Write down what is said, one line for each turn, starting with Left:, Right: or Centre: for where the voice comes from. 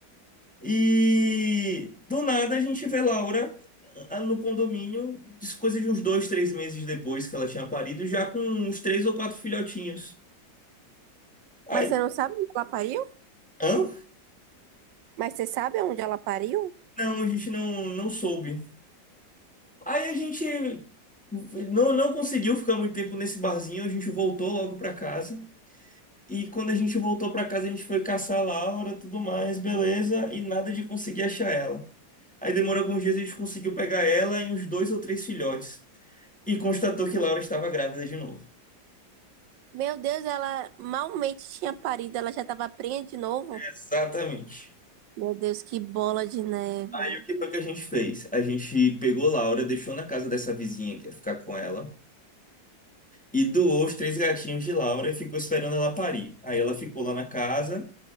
Centre: E do nada a gente vê Laura ah, no condomínio, isso coisa de uns dois, três meses depois que ela tinha parido, já com uns três ou quatro filhotinhos. Aí,
Right: Mas você não sabe onde ela pariu?
Centre: hã?
Right: Mas você sabe onde ela pariu?
Centre: Não, a gente não, não soube. Aí a gente não, não conseguiu ficar muito tempo nesse barzinho, a gente voltou logo pra casa. E quando a gente voltou pra casa, a gente foi caçar a Laura, tudo mais, beleza, e nada de conseguir achar ela. Aí demorou alguns dias, a gente conseguiu pegar ela e uns dois ou três filhotes. E constatou que Laura estava grávida de novo.
Right: Meu Deus, ela malmente tinha parido, ela já tava prenha de novo.
Centre: Exatamente.
Right: Meu Deus, que bola de neve.
Centre: Aí o que foi que a gente fez? A gente pegou Laura, deixou na casa dessa vizinha que ia ficar com ela. E doou os três gatinhos de Laura e ficou esperando ela parir. Aí ela ficou lá na casa,